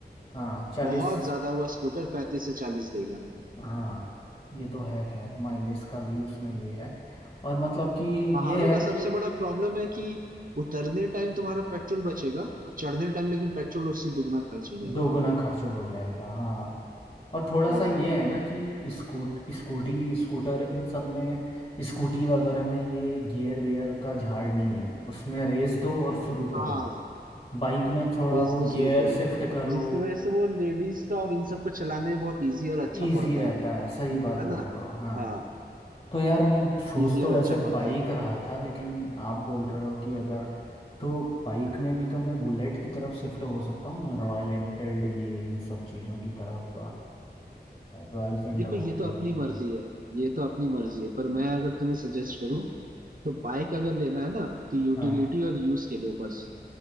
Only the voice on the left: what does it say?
हाँ चालीस
हाँ ये तो है खैर माइलेज का भी उसमें ये है और मतलब कि
ये है
कि
दोगुना खर्च हो जाएगा हाँ और थोड़ा
सा ये है ना कि स्कूट स्कूटी स्कूटर इन सब में स्कूटी वगैरह में ये गियर वेयर का झाड़ नहीं है उसमें रेस दो और शुरू
करो बाइक में थोड़ा
वो
गियर
शिफ्ट करो
इजी
रहता
है सही बात
बोल
रहे हो हाँ
तो यार मैं सोच
तो
वैसे
बाइक
रहा था लेकिन आप बोल रहे हो कि अगर तो बाइक में भी तो मैं बुलेट की तरफ शिफ्ट हो सकता हूँ ना रॉयल एनफील्ड ये इन सब चीज़ों की तरफ रॉयल फेंडर
हो
गई
आपकी
हाँ